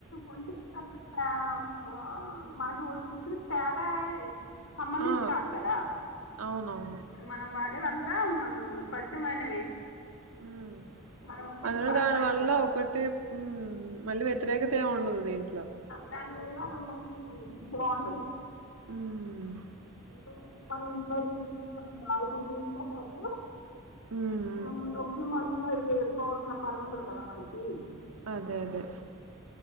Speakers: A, on the left (about 80°); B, on the right (about 85°).
A: ఒంటికి కంత తేవ్ వా మనకి వద్దింటికి తేడాయ్ సంబంధించి
B: ఆ
A: కాదు కదా
B: అవునవును
A: మనం వాడేవంతా మన స్వచ్ఛమైనవి
B: మ్
A: మన ఒంటికి
B: అందులో
A: పడతాయి
B: దానివల్ల
A: కూడా
B: ఒకటే హ్మ్ మళ్ళీ వ్యతిరేకత ఏం ఉండదు దీంట్లో
A: దాని వల్ల మనకి బావుంటది
B: ఉమ్
A: అందుకని మనం ఇంట్లోఈ మనం వాడుకుంటూ ఉంటే ఖచ్చ
B: ఉమ్
A: ఉమ్ నొప్పి మందులు అవి వేసుకోవాల్సిన పని ఉండదు కదా మనకి
B: అదే అదే